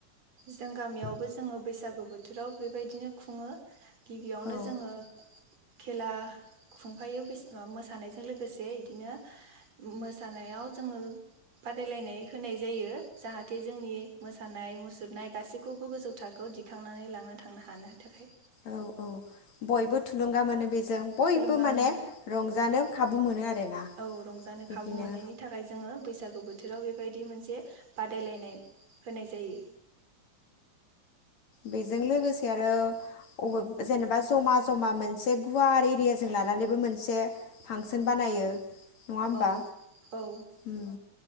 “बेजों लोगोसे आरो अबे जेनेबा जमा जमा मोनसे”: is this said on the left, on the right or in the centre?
Left